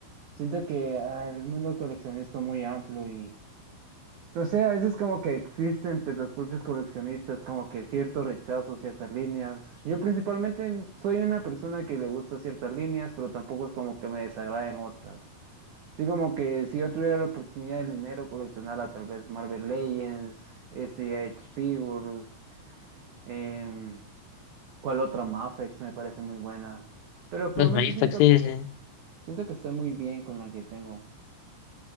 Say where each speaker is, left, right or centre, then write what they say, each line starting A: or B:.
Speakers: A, on the right (about 75°); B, on the left (about 85°).
A: Siento que ah, el mundo coleccionista es muy amplio y no sé, a veces como que existe entre los propios coleccionistas como que cierto rechazo, ciertas líneas. Yo principalmente soy una persona que le gusta ciertas líneas, pero tampoco es como que me desagraden otras. Así como que si yo tuviera la oportunidad del dinero, coleccionara tal vez Marvel Legends, SH Figures, em, ¿cuál otra? Mafex me parece muy buena. Pero actualmente
B: Los Magistrat,
A: siento
B: sí,
A: que
B: sí.
A: siento que estoy muy bien con la que tengo.